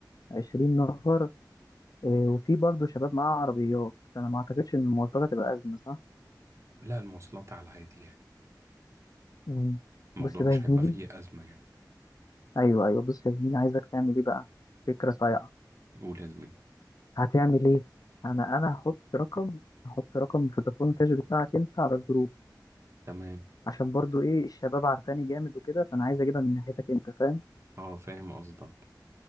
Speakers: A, on the left; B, on the right.
A: عشرين نفر آه، وفي برضه شباب معاه عربيات فأنا ما أعتقدش إن المواصلات هتبقى أزمة صح؟
B: لا المواصلات على العادي يعني
A: مم.
B: الموضوع
A: بص بقى
B: مش
A: يا زميلي
B: هيبقى فيه أزمة يعني
A: أيوه أيوه بص يا زميلي عايزك تعمل إيه بقى فكرة صايعة
B: قول يا زميلي
A: هتعمل ايه انا انا هحط رقم هحط رقم فودافون كاش بتاعك انت على الجروب
B: تمام
A: عشان برضو ايه الشباب عارفاني جامد وكده فانا عايز اجيبها من ناحيتك انت فاهم
B: اه فاهم قصدك